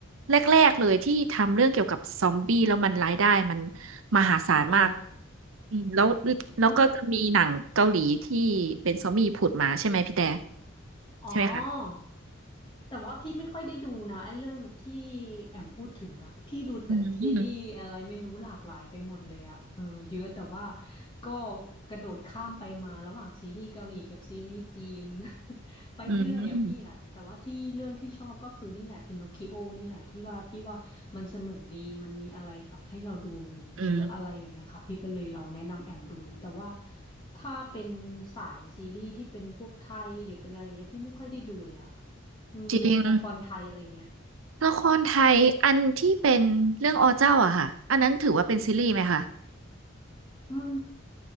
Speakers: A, on the right (about 70°); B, on the left (about 25°).
A: แรกๆเลยที่ทำเรื่องเกี่ยวกับซอมบี้แล้วมันรายได้มันมหาศาลมาก
B: อ๋อ
A: อืมแล้วแล้วก็จะมีหนังเกาหลีที่เป็นซอมบี้ผุดมาใช่ไหมพี่แต่
B: อ๋อแต่อ๋อ
A: ใช่ไหมคะ
B: แต่ว่าพี่ไม่ค่อยได้ดูนะไอ้เรื่องที่แอมพูดถึงอะพี่ดูแต่ซีรีส์อะไรไม่รู้หลากหลายไปหมดเลยอะเออเยอะแต่ว่า
A: อืม
B: ก็กระโดดข้ามไปมาระหว่างซีรีส์เกาหลีกับซีรีส์จีน <laughs> ไปเรื่อยอะพี่อะแต่ว่าที่เรื่องที่ชอบก็คือนี่แหละพินอคคิโอนี่แหละที่ว่าพี่ว่ามันสนุกดีมันมีอะไรแบบให้เราดู
A: อืมอืม
B: เยอะอะไรอย่างเงี้ยค่ะพี่ก็เลยลองแนะนำแอมดูแต่ว่าถ้าเป็นสายซีรีส์ที่เป็นพวกไทยหรือเป็นอะไรอย่างเงี้ยพี่ไม่ค่อยได้ดูเลยอะ มีไหมละครไทยอะไรเงี้ย
A: จริงละครไทยอันที่เป็นเรื่องอเจ้าอะค่ะอันนั้นถือว่าเป็นซีรีส์ไหมคะ
B: มัน